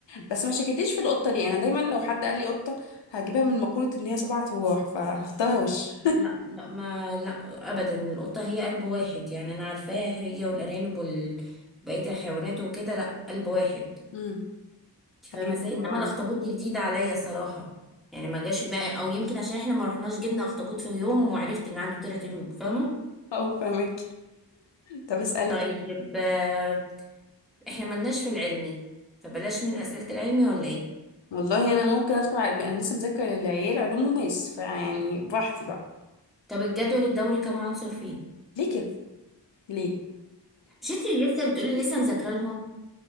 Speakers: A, on the left; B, in the centre.
A: بس ما شكيتيش في القطه دي انا دايما لو حد قال لي قطه هجيبها من مقوله ان هي سبع ارواح فهختارها وش <laughs>
B: لا لا ما لا ابدا القطه هي قلب واحد يعني انا عارفاها هي والارانب وال بقيه الحيوانات وكده لا قلب واحد
A: امم
B: انت
A: طيب
B: فاهمه ازاي انما
A: أم،
B: الاخطبوط دي جديده عليا صراحه يعني ما جاش في دماغي او يمكن عشان احنا ما رحناش جبنا اخطبوط في يوم وعرفت ان عنده ثلاث قلوب فاهمه
A: اه فاهمك طب اسالي
B: طيب
A: طب.
B: آه، احنا ملناش في العلمي فبلاش من اسئله العلمي ولا ايه
A: والله انا ممكن ادخل على... انا لسه مذاكره للعيال علوم وماس فيعني براحتي بقى
B: طب الجدول الدوري كم عنصر فيه
A: ليه كده ليه
B: مش انت اللي لسه بتقولي
A: <laughs>
B: لسه مذاكره لهم